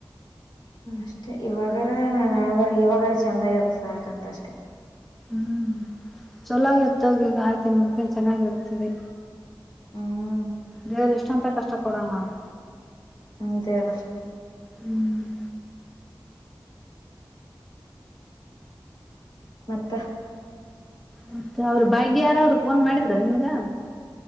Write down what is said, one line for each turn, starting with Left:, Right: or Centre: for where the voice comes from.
Left: ಅಷ್ಟೆ ಇವಾಗಾರ ನ ಇವಾಗಾರ ಚೆಂದಾಗಿ್ಯದ ಸಾಕಂತ ಅಷ್ಟೆ
Centre: ಹ್ಮ್ ಚೊಲಾಗಿ ಎತ್ತೋಗಿ ಗಾಯ್ ತಿನ್ ಮಕನ್ ಚೆನ್ನಾಗಿರ್ತದೆ
Left: ಹ್ಮ್
Centre: ಬೇರೆ ಎಷ್ಟ ಎಷ್ಟು ಅಂತ ಕಷ್ಟ ಪಡಂ ನಾವು
Left: ಹ್ಮ ಜೇಲ
Centre: ಹ್ಮ್
Left: ಮತ್ತ
Centre: ಮತ್ತೆ ಅವ್ರ ಬಾಗ್ಯ ಯಾರ ಅವ್ರು ಫೋನ್ ಮಾಡಿದ್ರ ನಿಮ್ಗ